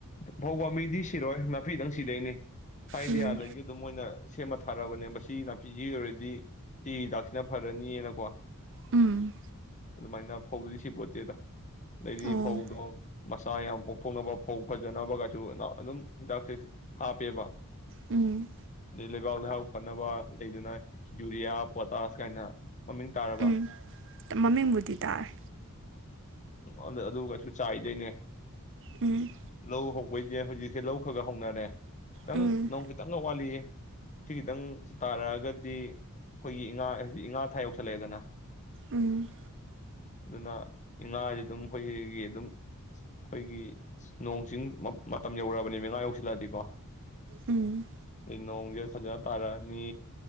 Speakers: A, on the left; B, on the right.
A: ꯐꯧ ꯄꯥꯝꯕꯤꯗꯤ ꯁꯤꯔꯣꯏ ꯅꯥꯄꯤꯗꯪ ꯁꯤꯗꯣꯏꯅꯤ ꯍꯥꯏꯗꯤꯌꯥꯗꯒꯤ
B: ꯎꯝ
A: ꯑꯗꯨꯝ ꯃꯣꯏꯅ ꯁꯦꯝꯃ ꯐꯔꯕꯅꯦ ꯃꯁꯤ ꯅꯥꯄꯤꯁꯤ ꯑꯣꯏꯔꯗꯤ ꯁꯤ ꯍꯤꯗꯥꯛꯁꯤꯅ ꯐꯔꯅꯤꯅꯀꯣ
B: ꯎꯝ
A: ꯑꯗꯨꯃꯥꯏꯅ ꯐꯧꯗꯨꯗꯤ ꯁꯤ ꯄꯣꯠꯇꯦꯗ ꯑꯗꯩꯗꯤ
B: ꯑꯣ
A: ꯐꯧꯗꯣ ꯃꯆꯥ ꯌꯥꯝ ꯄꯣꯛꯊꯣꯛꯅꯕ ꯐꯧ ꯐꯖꯅꯕ ꯀꯥꯏꯁꯨ ꯅ ꯑꯗꯨꯝ ꯍꯤꯗꯥꯛꯁꯦ ꯍꯥꯞꯄꯦꯕ
B: ꯎꯝ
A: ꯑꯗꯩ ꯂꯩꯕꯥꯛ ꯂꯩꯍꯥꯎ ꯐꯅꯕ ꯂꯩꯗꯅ ꯌꯨꯔꯤꯌꯥ ꯄꯣꯇꯥꯁ ꯀꯥꯏꯅ ꯃꯃꯤꯡ ꯇꯥꯔꯕ
B: ꯎꯝ ꯃꯃꯤꯡꯕꯨꯗꯤ ꯇꯥꯔꯦ
A: ꯎꯝ ꯑꯗꯨ ꯀꯩꯁꯨ ꯆꯥꯏꯗꯣꯏꯅꯦ
B: ꯎꯝ
A: ꯂꯧ ꯍꯧ ꯑꯩꯈꯣꯏꯁꯦ ꯍꯧꯖꯤꯛꯁꯦ ꯂꯧ ꯈꯒ ꯍꯧꯅꯔꯦ ꯈꯤꯇꯪ
B: ꯎꯝ
A: ꯅꯣꯡ ꯈꯤꯇꯪꯒ ꯋꯥꯠꯂꯤꯑꯦ ꯁꯤ ꯈꯤꯇꯪ ꯇꯥꯔꯛꯑꯒꯗꯤ ꯑꯩꯈꯣꯏꯒꯤ ꯏꯉꯥ ꯍꯧꯖꯤꯛ ꯏꯉꯥ ꯊꯥ ꯌꯧꯁꯜꯂꯛꯑꯦꯗꯅ
B: ꯎꯝ
A: ꯑꯗꯨꯅ ꯏꯉꯥ ꯑꯗꯤ ꯑꯗꯨꯝ ꯑꯩꯈꯣꯏꯒꯤ ꯑꯗꯨꯝ ꯑꯩꯈꯣꯏꯒꯤ ꯅꯣꯡ ꯆꯤꯡ ꯃ ꯃꯇꯝ ꯌꯧꯔꯛꯑꯔꯕꯅꯦꯕ ꯏꯉꯥ ꯌꯧꯁꯤꯜꯂꯛꯑꯗꯤꯀꯣ
B: ꯎꯝ
A: ꯅꯣꯡꯖꯦ ꯐꯖ ꯇꯥꯔꯛꯑꯅꯤ